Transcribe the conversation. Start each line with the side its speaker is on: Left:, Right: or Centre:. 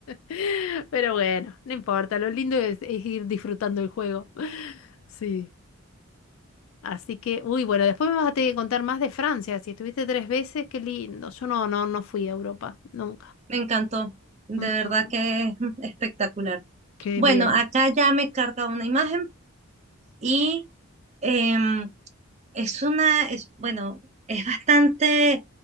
Left: <laughs> Pero bueno, no importa. Lo lindo es, es ir disfrutando el juego. <laughs> Sí. Así que, uy, bueno, después me vas a tener que contar más de Francia. Si estuviste tres veces, qué lindo. Yo no, no, no fui a Europa, nunca.
Right: me encantó. De
Left: Mm,
Right: verdad que es espectacular.
Left: qué
Right: Bueno,
Left: bien.
Right: acá ya me carga una imagen y em, es una, es, bueno, es bastante,